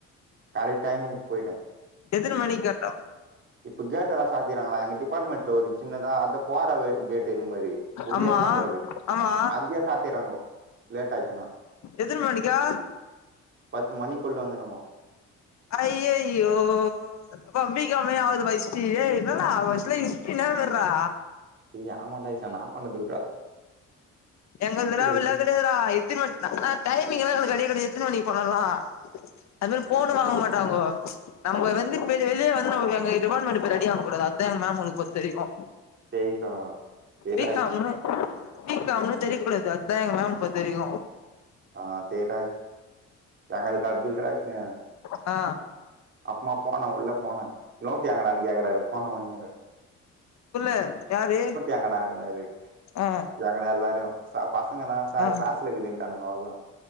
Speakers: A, on the right (about 45°); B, on the left (about 70°).
A: கரைட் டைம்கு போயிட்டே
B: எத்தன மணி கட்டா
A: இப்போ கேட் எல்லா சாத்திறாங்களா எங்க டிபார்ட்மெண்ட்ல ஒரு சின்னதா அந்த போற கேட் இருக்கு மாரி உள்ளேயே
B: ஆமா
A: போகும்பாரு
B: ஆமா
A: அங்யே சாத்திறாங்கோ லேட் ஆயிச்சுன்னா
B: எதின மாணிக்கா
A: பத்து மணிக்குள்ள வந்துணும்மா
B: ஐய்யய்யோ பம்பி க அம்மையாவது வஷ்டி ஏய் என்னடா வசுல இஷ்டி நாவறடா
A: யா ஆமாண்டா இதுல நா பண்ணுது
B: எங்கள்துலா அப்பில்லா
A: எப்படி
B: கடையாதுடா எத்தின் மன் ஆனா டைமிங் எல்லா எங்க கடையவே கடையாது எத்தன மணி போன்னாலு அது மாரி போன்னு வாங்க மாட்டோங்கோ நம்ம வந்து வெளியே வந்து நமக்கு எங்க டிபார்ட்மெண்ட் ரெடி ஆக கூடாது அதா எங்க மேம்ங்களுக் பொறுத்த வரைக்கு
A: சயத்த பேறாயசனை
B: பி காம்னு பி காம் னு தெரியக்க கூடாது அதுதா எங்க மேம் இப்ப தெரியு
A: ஆஹ் சரிடா எங்களுக்கு கில ச்சின <unintelligible>
B: ஆ
A: அப்மாபா நா உள்ள போனே நோட்டி எங்கடானு கேக்கராரு போன வுன்னியே
B: உள்ள யாரு
A: எங்கடான்னாரு
B: ஆ
A: எங்கள எல்லாரையு சா பசங்க எல்லா சார்
B: ஆ
A: கிளாஸ்ல இருக்குதுனு ட்டானுங்கவல்லா